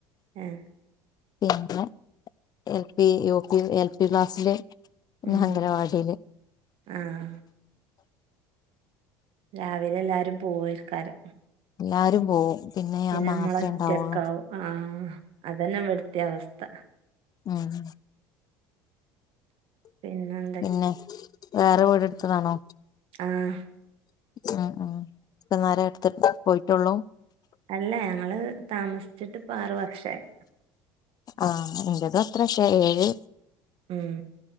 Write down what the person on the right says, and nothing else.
ഏഹ്
ഉം
ആഹ് രാവിലെ എല്ലാരും പോവേൽക്കാരം
പിന്നെ
നമ്മളൊറ്റക്കാവും
ആഹ് അതന്നെ ഇവട്ത്തിം അവസ്ഥ
പിന്നെന്
ആഹ്
അല്ല ഞങ്ങള് താമസിച്ചിട്ട് ഇപ്പ ആറ് വർഷായി
ഉം